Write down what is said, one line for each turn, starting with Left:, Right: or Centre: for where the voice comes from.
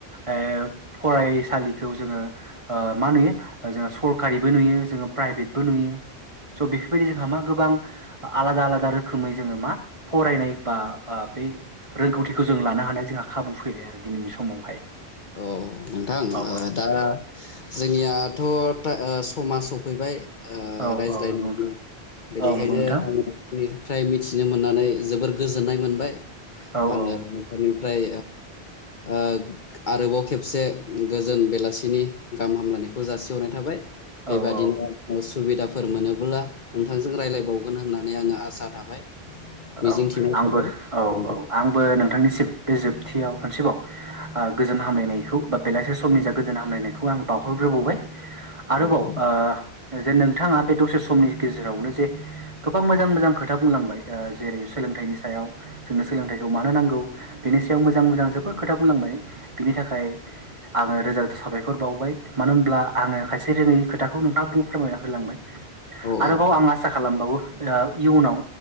Right: एफ फरायसालिखौ जोङो ओ मा नुयो आ जोंहा सरकारिबो नुयो जोङो प्राइभेटबो नुयो सह बेफोरबायदि जोंहा मा गोबां आलादा आलादा रोखोमै जोङो मा फरायनाय बा आ बे रोंगौथिखौ जों लानो हानाय जोंहा खाबु फैबाय आरो दिनैनि समावहाय
Left: अ नोंथां
Right: औ
Left: ओ
Right: औ
Left: दा जोंनियाथ' था ओ समा सफैबाय ओ
Right: औ
Left: रायज्लाय
Right: औ नंगौ
Left: <unintelligible>
Right: नोंथां
Left: बेनिखायनो
Right: औ नंगौ नोंथां
Left: आङो <unintelligible> फ्राय मिथिनो मोननानै जोबोर गोजोननाय मोनबाय
Right: औ
Left: आङो
Right: औ
Left: नोंथांनि फ्राय ओ-ओ आरोबाव खेबसे गोजोन बेलासिनि गाहाम हामलायनायखौ जासिहरनाय थाबाय
Right: औ
Left: बेबादिनो
Right: औ
Left: उसुबिदाफो फोर मोनोब्ला नोंथांजों रायलायबावगोन होननानै आङो आसा थाबाय मिजिंथिनाय
Right: औ आंबो
Left: थाबाय
Right: औ-औ
Left: गोजोन्थों।
Right: आंबो नोंथांनिसिम बे जोबथियाव खनसेबाव ओ गोजोन हामलायनायखौ बा बेलासे समनि जा गोजान हामलायनायखौ आं बावहर रोबावबाय आरोबाव
Left: औ औ
Right: ओ जे नों थाङा बे दसे समनि गेजेरावनो जे गोबां मोजां मोजां खोथा बुंलांबाय ओ जेरै सोलोंथाइनि सायाव जोंनो सोलोंथाइखौ मानो नांगौ बेनि सायाव मो जां मोजां जोबोद खोथा बुंलांबाय बिनि थाखाय आङो रोजा रोजा साबायखर बावबाय मानो होनब्ला आङो खायसे रोङै खोथाखौ नोंथाङा बुं फोरमायना होलांबाय।
Left: औ
Right: आरोबाव आं आसा खालामबावो ओ इयुनाव